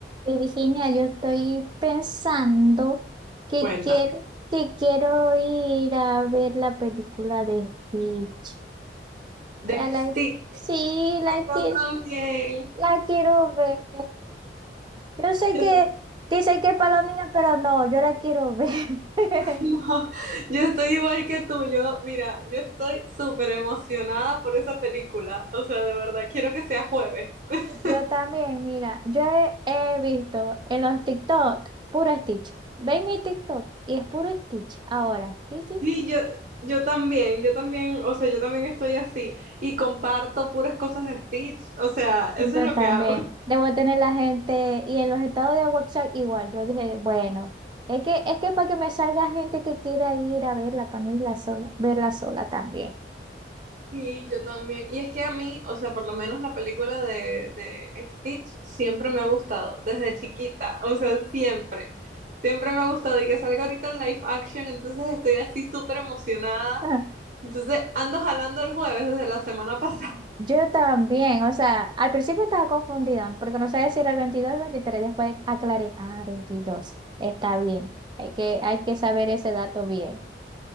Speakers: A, on the right; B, on the right.
A: Virginia, yo estoy pensando que
B: Cuéntame.
A: quiero, que quiero ir a ver la película de Stitch.
B: Destino,
A: O sea, la- sí, la,
B: yo
A: qui-
B: también.
A: la quiero ver. Yo sé
B: Yo,
A: que
B: t-
A: dicen que es para los niños, pero no, yo la quiero ver. <laughs>
B: <laughs> no, yo estoy igual que tú. Yo, mira, yo estoy súper emocionada por esa película. O sea, de verdad, quiero que sea jueves. <laughs>
A: Yo también, mira, yo he, he visto en los TikTok puro Stitch. Ve mi TikTok y es puro Stitch ahora. Sí, sí.
B: Sí, yo, yo también, yo también, o sea, yo también estoy así y comparto puras cosas de Stitch. O sea,
A: Yo
B: eso es lo
A: también.
B: que hago.
A: Debo tener la gente, y en los estados de WhatsApp igual, yo dije, bueno, es que, es que para que me salga gente que quiera ir a verla, para no irla sola, verla sola también.
B: Sí, yo también. Y es que a mí, o sea, por lo menos la película de, de Stitch siempre me ha gustado, desde chiquita, o sea, siempre. Siempre me ha gustado y que salga ahorita en live action, entonces estoy así súper emocionada.
A: Ah,
B: Entonces ando jalando el jueves desde la semana <laughs> pasada.
A: Yo también, o sea, al principio estaba confundida, porque no sabía si era el 22 o el veintitrés después aclaré, ah, 22 está bien, hay que, hay que saber ese dato bien.